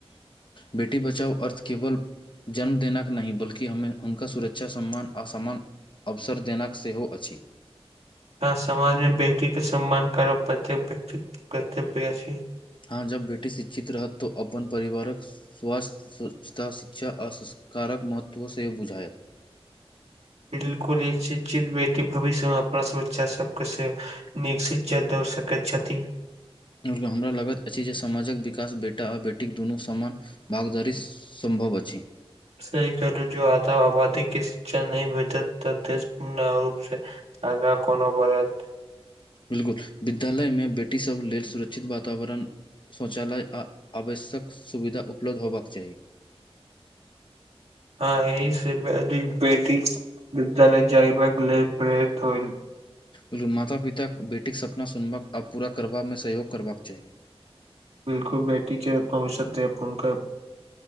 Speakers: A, on the left (about 50°); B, on the right (about 80°).
A: बेटी बचाओ अर्थ केवल जन्मदना नहि बल्कि हमे हुनका सुरक्षा सम्मान असमान अवसर देन सेहो अछि
B: अ समाज मऽ बेटी के सम्मान करब प्रतेक व्यक्तित्व कर्तव्य अछि
A: हँ जब बेटी शिक्षित रहत तऽ ओ अपन परिवारक स्वास्थ्य स्वच्छता शिक्षा आ संस्कारक महत्व सेहो बुझाायत
B: बिल्कुल एक चित बेटी भविष्यमे अपना बच्चा सबके से निक शिक्षा दअ सकैत छथि
A: हमरा लगैत अछि जे समाजक विकास बेटा आ बेटीक दुनू समान भागदारी सम्भव अछि
B: सही कहलू जो आध आबादी के शिक्षा नहि भेटत देश पूर्ण रूप से आगा कोनो <unintelligible>
A: बिल्कुल विद्यालयमे बेटीसभ लेल सुरक्षित वातावरण शौचालय आ आवश्यक सुविधा उपलब्ध होयबाक चाही
B: हँ एहि से अधिक बेटी विद्यालय जाइबाक लेल प्रेरित होइल
A: बिल्कुल माता पिता बेटीके सपना सुनबाक आ पूरा करबामे सहयोग करबाक चाही
B: बिल्कुल बेटी के आत्मविषद देनक